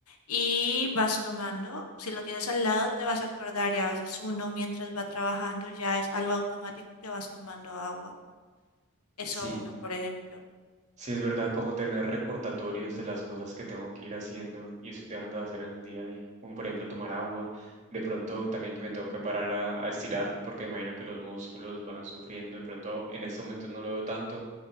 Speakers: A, on the left; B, on the right.
A: Y vas tomando. Si lo tienes al lado, te vas a acordar. Y a veces uno, mientras va trabajando, ya es algo automático que vas tomando agua. Eso
B: Sí,
A: uno, por ejemplo.
B: sí es verdad como tener recordatorios de las cosas que tengo que ir haciendo y estoy dejando de hacer en el día a día. Como por ejemplo tomar agua, de pronto también que me tengo que parar a, a estirar porque imagino que los músculos van sufriendo. De pronto en este momento no lo veo tanto,